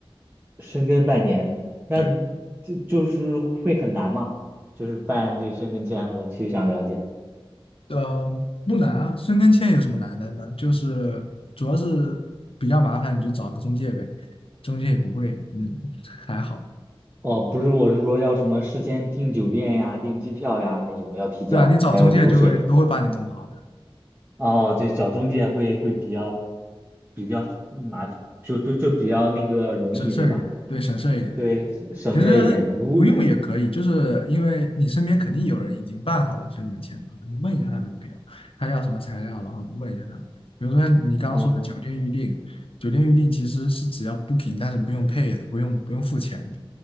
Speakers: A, on the right; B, on the left.
A: 深根半年，那你这就是会很难吗？
B: 对，
A: 就是办这深根签，我其实想了解。
B: 嗯，不难啊，深耕签有什么难的呢？就是主要是比较麻烦，你就找个中介呗，中介也不贵，嗯，还好，
A: 哦，不是，我是说要什么事先订酒店呀、订机票呀那种要提交，
B: 对吧？你找中介就会都会把你弄好的，
A: 还有流水。哦，对，找中介会会比较比较麻，就就就比较那个容易，
B: 省事儿一点，
A: 对吧？
B: 对，省事儿一点。
A: 对，省事儿一点。
B: 其实不用也可以，
A: 如
B: 就是因为你身边肯定有人已经办好了申请签证了你问一下他们就可以了，他要什么材料，然后你问一下他们。比如说你刚刚说的酒店预订，
A: 嗯，
B: 酒店预订其实是只要 booking，但是不用 pay 的，不用不用付钱的。